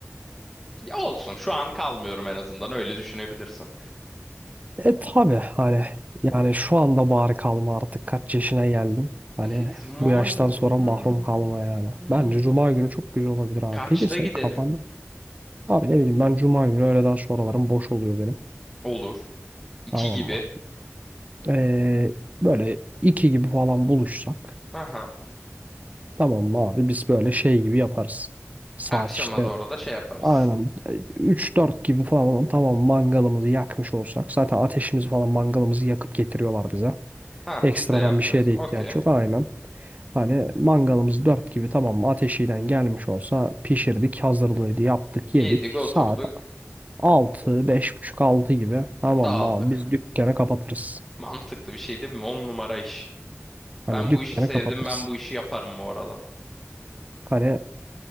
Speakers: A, in the centre; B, on the right.
A: Ya olsun. Şu an kalmıyorum en azından. Öyle düşünebilirsin.
B: E tabii hani yani şu anda bari kalma artık kaç yaşına geldim. Hani
A: Peki cuma
B: bu yaştan
A: günü.
B: sonra
A: Hmm,
B: mahrum kalma yani.
A: hmm.
B: Bence cuma günü çok güzel olabilir abi.
A: Kaçta
B: Peki senin
A: gidelim?
B: kafanda abi ne bileyim ben cuma günü öğleden sonralarım boş oluyor benim.
A: Olur. İki
B: Tamam
A: gibi.
B: mı? Ee, böyle iki gibi falan buluşsak
A: Aha.
B: tamam mı abi biz böyle şey gibi yaparız. Saat
A: Akşama
B: işte
A: doğru da şey yaparız.
B: aynen üç dört gibi falan tamam mangalımızı yakmış olsak zaten ateşimizi falan mangalımızı yakıp getiriyorlar bize.
A: Ha
B: Ekstradan
A: biz de yapmıyoruz.
B: bir şeye de
A: Okey.
B: ihtiyaç yok. Aynen. Hani mangalımız dört gibi tamam mı? Ateşiyle gelmiş olsa pişirdik, hazırlığıydı, yaptık,
A: Yedik
B: yedik.
A: oturduk
B: Saat altı beş buçuk 6 gibi tamam
A: dağıldık.
B: mı abi? Biz dükkanı kapatırız.
A: Mantıklı bir şey değil mi? On numara iş.
B: Hani
A: Ben
B: dükkanı
A: bu işi sevdim
B: kapatırız.
A: ben bu işi yaparım bu arada.
B: Hani